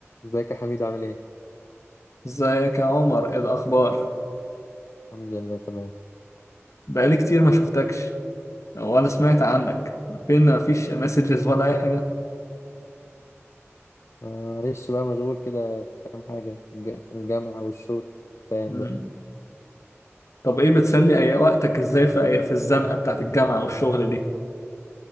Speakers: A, on the left (about 70°); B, on the left (about 85°).
A: ازيك يا حميد عامل ايه؟
B: ازيك يا عمر ايه الاخبار
A: الحمد لله تمام
B: بقالي كتير ما شفتكش ولا سمعت عنك فين ما فيش مسجز ولا اي حاجه
A: آه، معلش بقى مشغول كده في كام حاجة الج- الجامعة والشغل فاهم
B: مم.
A: بقى
B: طب ايه بتسلي اي وقتك ازاي في أي... في الزنقه بتاعت الجامعه والشغل دي